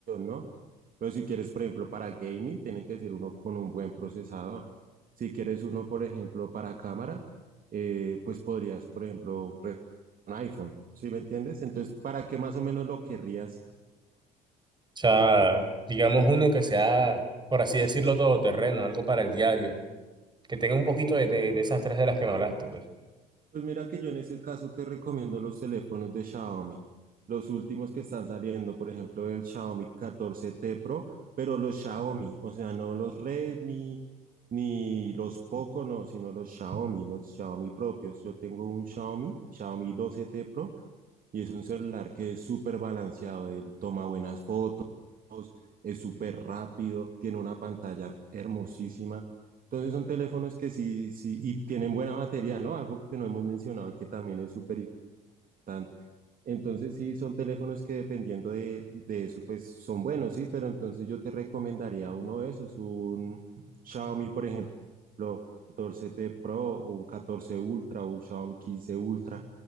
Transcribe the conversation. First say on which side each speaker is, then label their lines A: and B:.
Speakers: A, on the right; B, on the right.
A: ¿no? Pero si quieres, por ejemplo, para gaming, tiene que ser uno con un buen procesador. Si quieres uno, por ejemplo, para cámara, eh, pues podrías, por ejemplo, re- un iPhone, ¿sí me entiendes? Entonces, ¿para qué más o menos lo querrías
B: O sea, digamos uno que sea, por así decirlo, todoterreno, algo para el diario que tenga un poquito de, de, de esas tres de las que me hablaste, pues.
A: Pues mira que yo en ese caso te recomiendo los teléfonos de Xiaomi, los últimos que están saliendo, por ejemplo, el Xiaomi catorce t Pro, pero los Xiaomi, o sea, no los Redmi ni los Poco, no, sino los Xiaomi, los Xiaomi propios. Yo tengo un Xiaomi, Xiaomi doce t Pro, y es un celular que es súper balanceado, él toma buenas fotos es súper rápido, tiene una pantalla hermosísima. Entonces son teléfonos que sí, sí, y tienen buena batería, ¿no? Algo que no hemos mencionado y que también es súper importante. Entonces, sí, son teléfonos que dependiendo de, de eso, pues son buenos, sí, pero entonces yo te recomendaría uno de esos, un Xiaomi, por ejemplo, 14T Pro o un 14 Ultra o un Xiaomi 15 Ultra,